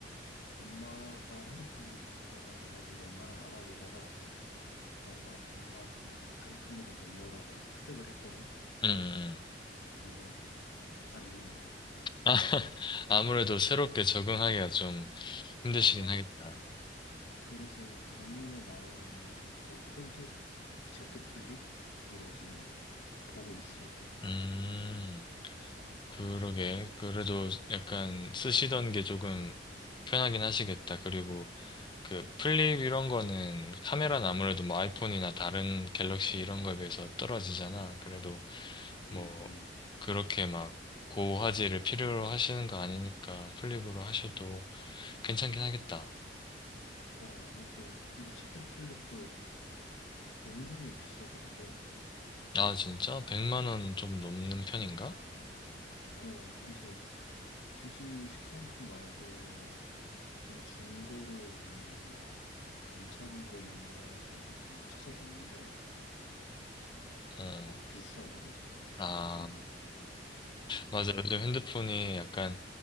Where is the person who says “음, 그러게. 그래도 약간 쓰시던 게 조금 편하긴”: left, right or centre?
Left